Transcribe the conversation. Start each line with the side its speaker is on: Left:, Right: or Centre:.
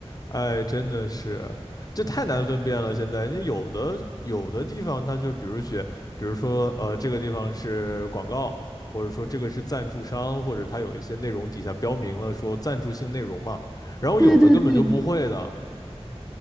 Left: 哎，真的是，这太难分辨了。现在，人家有的有的地方，它就比如写，比如说，呃，这个地方是广告，或者说这个是赞助商，或者它有一些内容底下标明了说赞助性内容嘛。然后有的根本就不会的，
Centre: 对对对，